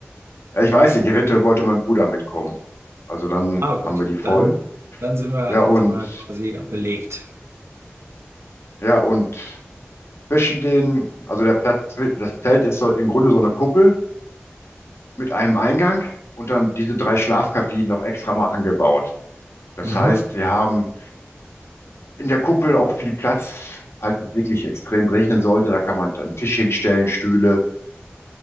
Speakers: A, on the left (about 80°); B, on the right (about 85°).
A: ich weiß nicht, eventuell wollte mein Bruder mitkommen. Also dann
B: Ah, gut.
A: haben wir die voll.
B: Dann, dann sind wir,
A: Ja
B: dann
A: und
B: sind wir quasi belegt.
A: ja und zwischen den, also der Platz, das Zelt ist so im Grunde so eine Kuppel mit einem Eingang und dann diese drei Schlafkabinen noch extra mal angebaut. Das
B: Mhm.
A: heißt, wir haben in der Kuppel auch viel Platz, falls es wirklich extrem regnen sollte. Da kann man dann einen Tisch hinstellen, Stühle.